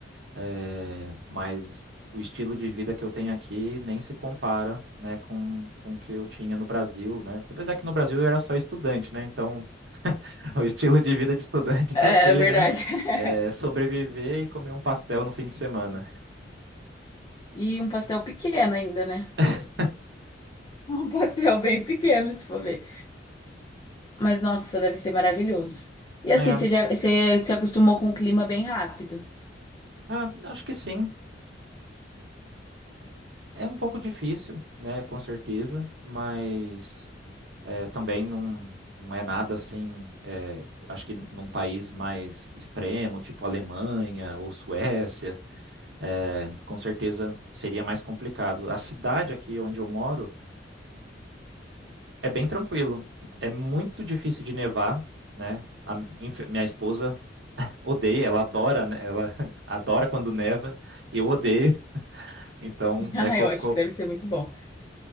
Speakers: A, on the right (about 70°); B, on the left (about 25°).
A: É, mas o estilo de vida que eu tenho aqui nem se compara, né, com, com o que eu tinha no Brasil, né? Apesar que no Brasil eu era só estudante, né? Então <laughs> o estilo de vida de estudante
B: É,
A: <laughs> é aquele,
B: é verdade.
A: né?
B: <laughs>
A: É, sobreviver e comer um pastel no fim de semana.
B: E um pastel pequeno ainda, né?
A: <laughs>
B: <laughs> Um pastel bem pequeno, se for ver. Mas nossa, deve ser maravilhoso. E assim,
A: É,
B: você já você se acostumou com o clima bem rápido. <laughs>
A: ah, acho que sim. É, é um pouco difícil, né? Com certeza, mas. É, também não, não é nada assim. é, acho que num país mais extremo, tipo Alemanha ou Suécia, é, com certeza seria mais complicado. A cidade aqui onde eu moro é bem tranquilo. É muito difícil de nevar, né? A- inf- minha esposa odeia, ela adora, né? Ela <laughs> adora quando neva, eu odeio. Então, né,
B: Ah,
A: co-
B: eu acho
A: co-
B: que deve ser muito bom.